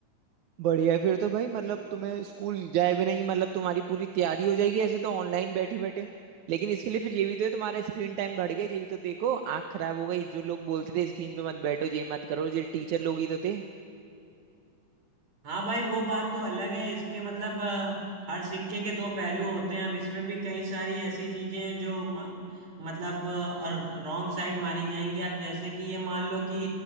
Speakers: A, on the right; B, on the right.
A: बढ़िया है, फिर तो भाई मतलब तुम्हें स्कूल जाए बिना ही मतलब तुम्हारी पूरी तैयारी हो जाएगी ऐसे तो ऑनलाइन बैठे बैठे लेकिन इसके लिए फिर ये भी तो है तुम्हारा स्क्रीन टाइम बढ़ गया ये भी तो देखो आंख खराब हो गई जो लोग बोलते थे स्क्रीन पे मत बैठो ये मत करो ये टीचर लोग ही तो थे
B: हाँ भाई वो बात तो अलग है इसके मतलब अ, हर सिक्के के दो पहलू होते हैं अब इसमें भी कई सारी ऐसी चीजें हैं जो म, मतलब रॉन्ग साइड मानी जाएंगी अब जैसे कि ये मान लो कि